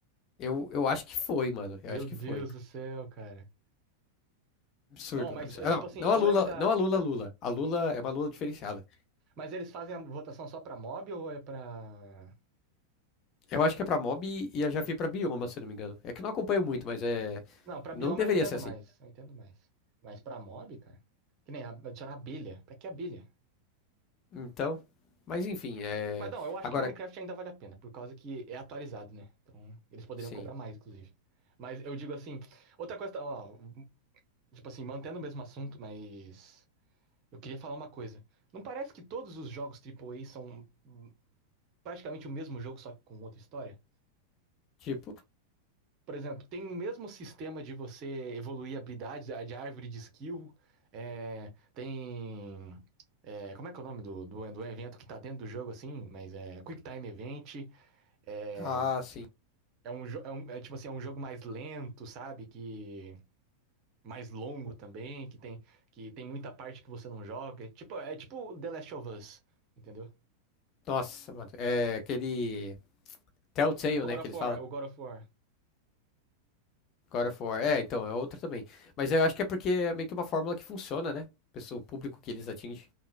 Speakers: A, on the left (about 35°); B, on the right (about 40°).
A: eu, eu acho que foi, mano. Eu
B: Meu
A: acho
B: Deus
A: que foi.
B: do céu, cara.
A: Absurdo,
B: Não, mas,
A: absurdo. Ah,
B: tipo
A: não,
B: assim,
A: não
B: eu
A: a Lula,
B: lembro da.
A: não a Lula Lula. A Lula é uma Lula diferenciada.
B: Mas eles fazem a votação só pra mob ou é pra.
A: Eu acho que é pra mob e e eu já vi pra bioma, se eu não me engano. É que eu não acompanho muito, mas é.
B: Não, pra
A: Não
B: bioma
A: deveria
B: eu entendo
A: ser assim.
B: mais, eu entendo mais. Mas pra mob, cara, que nem a- adicionar abelha. Pra que abelha?
A: Então. Mas enfim, é.
B: Mas não, eu acho
A: Agora,
B: que Minecraft ainda vale a pena, por causa que é atualizado, né? Então, eles poderiam
A: sim.
B: cobrar mais, inclusive. Mas eu digo assim, outra coisa, ó, tipo assim, mantendo o mesmo assunto, mas eu queria falar uma coisa. Não parece que todos os jogos triplo A são hum, praticamente o mesmo jogo, só que com outra história?
A: Tipo.
B: Por exemplo, tem o mesmo sistema de você evoluir habilidades, a de árvore de skill. é, tem. é, como é que é o nome do, do, do evento que tá dentro do jogo, assim? Mas é Quick Time Event. É,
A: Ah, sim.
B: é um, jo- é um- é tipo assim, é um jogo mais lento, sabe? Que. Mais longo também, que tem, que tem muita parte que você não joga. Tipo, é tipo The Last of Us, entendeu?
A: Nossa, mano. É aquele. Telltale,
B: O God
A: né? Que
B: of
A: eles
B: War,
A: falam.
B: o God of War.
A: God of War. É, então, é outra também. Mas eu acho que é porque é meio que uma fórmula que funciona, né? Pessoa, o público que eles atingem.